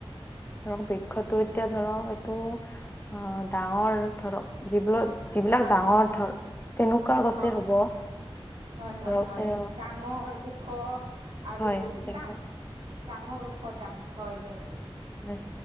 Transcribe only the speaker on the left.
ধৰক, বৃক্ষটো এতিয়া ধৰক এইটো অ ডাঙৰ ধৰক যিবোৰ যিবিলাক
ডাঙৰ ধৰ তেনেকুৱা গছে
হ'ব।
ধৰক
এ
হয় তেনেকুৱা
হয়',